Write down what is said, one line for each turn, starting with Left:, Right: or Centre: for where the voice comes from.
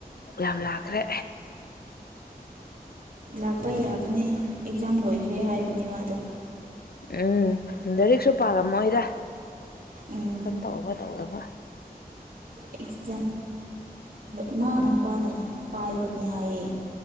Left: ꯌꯥꯝ ꯂꯥꯛꯈ꯭ꯔꯦ
Right: ꯂꯥꯛꯄ ꯌꯥꯕꯅꯦ ꯑꯦꯛꯖꯥꯝ ꯂꯣꯏꯈ꯭ꯔꯦ ꯍꯥꯏꯕꯅꯤ ꯃꯥꯗꯣ
Left: ꯎꯝ ꯂꯔꯤꯛꯁꯨ ꯄꯥꯜꯂꯝꯃꯣꯏꯗ
Right: ꯎꯝ
Left: ꯁꯨꯝ ꯇꯧꯕ ꯇꯧꯗꯕ
Right: ꯑꯦꯛꯖꯥꯝ ꯏꯃꯥꯅ ꯃꯄꯥꯅ ꯄꯥꯏꯕꯅꯦ ꯍꯥꯏꯌꯦ